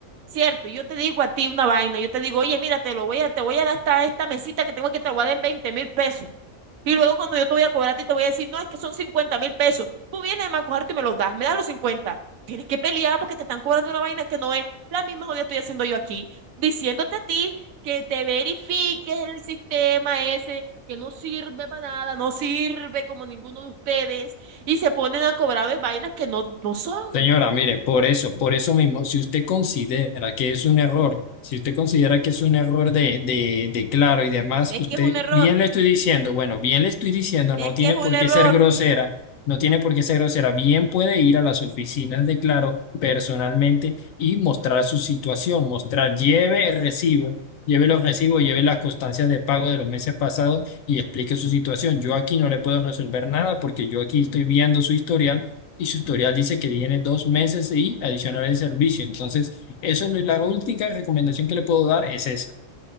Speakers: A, on the right; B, on the left.
A: cierto, y yo te digo a ti una vaina, yo te digo, oye, mira, te lo voy a, te voy a dar esta, esta mesita que tengo que te lo voy a dar en veinte mil pesos. Y luego cuando yo te voy a cobrar a ti, te voy a decir, no, es que son cincuenta mil pesos. Tú vienes a cogerte y me los das, me das los cincuenta Tienes que pelear porque te están cobrando una vaina que no es la misma jodida estoy haciendo yo aquí, diciéndote a ti que te verifiques el sistema ese, que no sirve para nada, no sirve como ninguno de ustedes, y se ponen a cobrarme vainas que no, no son.
B: Señora, mire, por eso, por eso mismo, si usted considera que es un error, si usted considera que es un error de, de, de claro y demás,
A: Es
B: usted
A: que es un error,
B: bien le estoy diciendo, bueno, bien le estoy diciendo,
A: es
B: no tiene
A: que es un
B: por
A: error.
B: qué ser grosera, no tiene por qué ser grosera, bien puede ir a las oficinas de Claro personalmente y mostrar su situación, mostrar, lleve el recibo, lleve los recibos, lleve las constancias de pago de los meses pasados y explique su situación. Yo aquí no le puedo resolver nada porque yo aquí estoy viendo su historial y su tutorial dice que tiene dos meses y adicional el servicio. Entonces, eso es lo- la última recomendación que le puedo dar es esa.